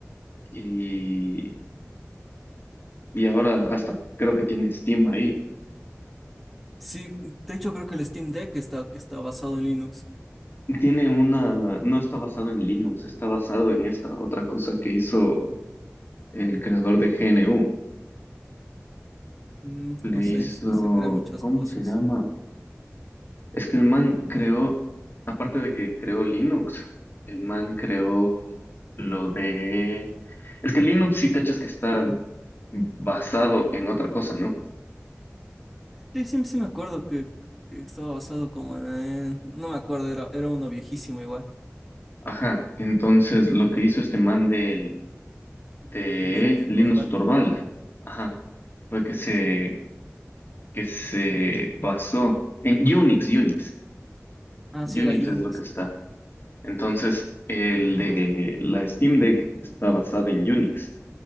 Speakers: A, on the left (about 45°); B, in the centre.
A: y, y ahora hasta creo que tiene Steam ahí.
B: Sí, de hecho creo que el Steam Deck está, está basado en Linux.
A: Tiene una, no está basado en Linux, está basado en esta otra cosa que hizo el creador de GNU.
B: Mm,
A: Le
B: no sé,
A: hizo,
B: sí, se crean muchas
A: ¿cómo
B: cosas.
A: se llama? Es que el man creó, aparte de que creó Linux, el man creó lo de... Es que Linux sí cachas que está basado en otra cosa, ¿no?
B: Sí, sí, sí me acuerdo que, que estaba basado como en... No me acuerdo, era, era uno viejísimo igual,
A: Ajá, entonces lo que hizo este man del, de
B: de Linux
A: Linux
B: Torvald.
A: Torvald, ajá, fue que se, que se basó en Unix, Unix.
B: Ah, sí,
A: Unix
B: era Unix.
A: es lo que está. Entonces, el de la Steam Deck está basada en Unix,